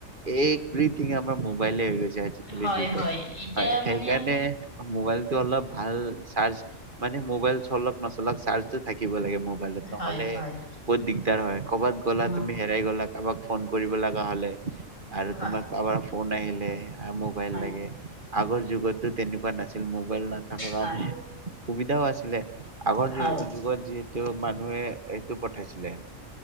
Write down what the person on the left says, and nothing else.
হয়
হয় এতিয়া
মানে
হয় হয়
অ
হয়।
হয়
হয়
হয়